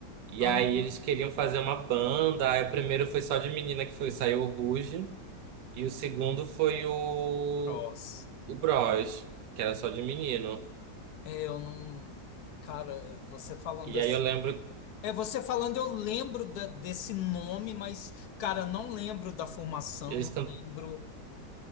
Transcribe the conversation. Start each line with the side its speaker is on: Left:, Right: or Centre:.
Right: E
Left: ah,
Right: aí eles queriam fazer uma banda. Aí o primeiro foi só de menina que foi, saiu o Ruge. E o segundo foi o,
Left: Bros.
Right: o Bros, que era só de menino.
Left: É, eu não. Cara, é, você falando
Right: E
Left: assim.
Right: aí eu lembro,
Left: É, você falando, eu lembro da- desse nome, mas, cara, não lembro da formação,
Right: eles,
Left: não
Right: can,
Left: lembro.